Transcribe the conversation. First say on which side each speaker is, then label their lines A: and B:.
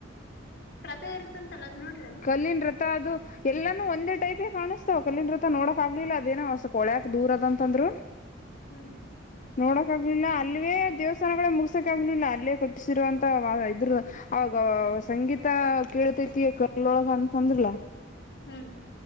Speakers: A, on the left; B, on the left.
A: ಥೇರುತಂತಲಾ ಅದು ನೋಡ್ರೇನು.
B: ಕಲ್ಲಿನ್ ರಥ ಅದು ಎಲ್ಲಾನೂ ಒಂದೇ ಟೈಫೆ ಕಾಣುಸ್. ತೋ ಕಲ್ಲಿನ್ ರತ ನೋಡಕಗ್ಲಿಲ್ ಅದೇನೊ ಸೋಲ್ಪ್ ಹೋಳಿ ಹತ್ರ್ ದೂರದಂತಂದ್ರು.
A: ಹ್ಮ್.
B: ನೋಡಕಗ್ಲಿಲ್ಲ ಅಲ್ವೇ. ದೇವಸ್ಥಾನಗಳೇ ಮುಗ್ಸಕಾಗ್ಲಿಲ್ಲ ಅಲ್ಲೇ ಕೂಟ್ಸಿರುವಂತ ಅವ್ಯವ ಇದ್ರೂ ಅವಾಗ ಸಂಗೀತ. <unintelligible> ತೈತಿ ಕಲೋಳಗ್ ಅಂತಂದ್ರಲ್ಲ.
A: ಹ್ಮ್.